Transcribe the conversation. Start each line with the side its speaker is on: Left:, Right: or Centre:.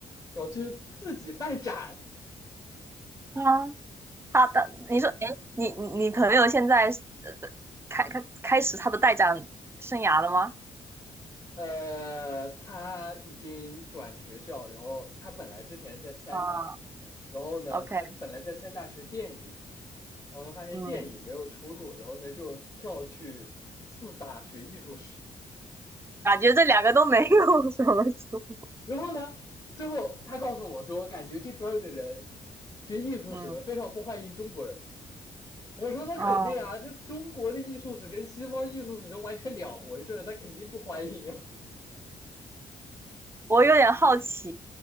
Left: 想去自己办展。
Right: 啊，他的你说，哎，你你你朋友现在呃在开开开始他的带展生涯了吗？
Left: 呃，他已经转学校，然后他本来之前是在三大，
Right: 啊，
Left: 然后呢，
Right: OK，
Left: 他本来在三大学电影，然后呢发现电影没有出路，
Right: 嗯，
Left: 然后呢就跳去四大学艺术史，
Right: 感觉这两个都没有什么出，
Left: 然后呢，最后他告诉我说，感觉这边的人学艺术史的非常不欢迎中国人。
Right: 嗯，
Left: 我说那肯定啊，
Right: 哦，
Left: 这中国的艺术史跟西方艺术史是完全两回事他肯定不欢迎啊。
Right: 我有点好奇，